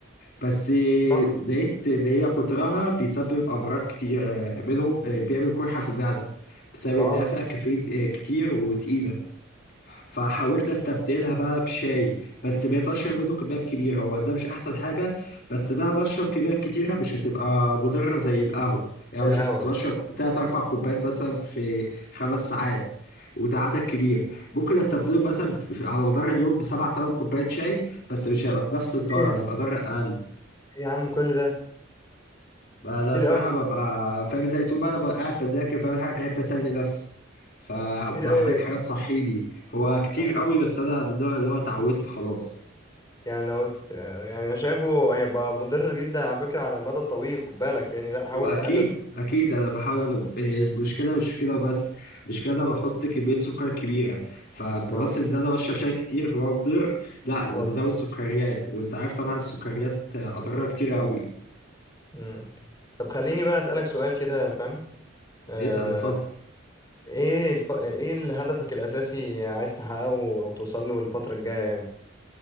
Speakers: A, on the left (about 55°); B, on the left (about 20°).
A: بس
B: اه
A: لقيت ان هي كترها بيسبب امراض كتير آه، منهم آه، بيعمل قرحه في المعده بسبب
B: آه،
A: انها فيها كافيين آه، كتير وتقيله فحاولت استبدلها بقى بشاي بس بقيت اشرب منه كميات كبيره هو ده مش احسن حاجه بس بقى بشرب كميات كتيره مش هتبقى مضره زي القهوه يعني مش
B: القهوة
A: كنت بشرب تلات اربع كوبايات مثلا في خمس ساعات وده عدد كبير ممكن استبدله مثلا على مدار اليوم بسبع تمن كوبايات شاي بس مش هيبقى بنفس الضرر
B: ايه
A: هيبقى ضرر اقل
B: يا عم كل ده
A: انا
B: كتير
A: الصراحه
B: قوي
A: ببقى فاهم ازاي طول ما انا ببقى قاعد بذاكر بعمل حاجه بحب اسلي نفسي فبحتاج
B: كتير قوي
A: حاجه تصحيني هو كتير
B: آه،
A: قوي بس انا من النوع اللي هو اتعودت خلاص
B: يعني لو ت- آه، يعني أنا شايفه هيبقى مضر جدا على فكرة على المدى الطويل خد بالك يعني لا حاول
A: هو اكيد
B: تقلل
A: اكيد انا بحاول أنا المشكله مش في كده بس مش كده بحط كميه سكر كبيره فبلس
B: اه
A: ان انا بشرب شاي كتير فهو مضر لا ده
B: خلاص
A: بزود سكريات وانت عارف طبعا السكريات اضرارها كتير قوي
B: مم. طب خليني بقى أسألك سؤال كده فاهم آه
A: اسال اتفضل
B: ايه الف... ايه هدفك الأساسي عايز تحققه او توصل له الفترة الجاية يعني